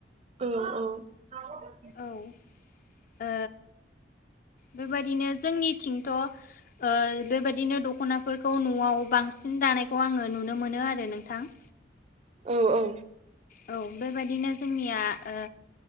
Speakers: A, on the right; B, on the left.
A: औ औ <unintelligible>
B: औ बेबादिनो जोंनिथिंथ' ओ बेबायदिनो दख'नाफोरखौ न'आव बांसिन दानायखौ आङो नुनो मोनो आरो नोंथां।
A: औ औ
B: औ बेबायाददिनो जोंनिया ओ